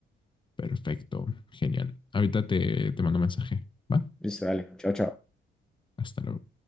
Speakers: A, on the left; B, in the centre.
A: Perfecto, genial. Ahorita te, te mando un mensaje, ¿va?
B: Listo, dale. Chao, chao.
A: Hasta luego.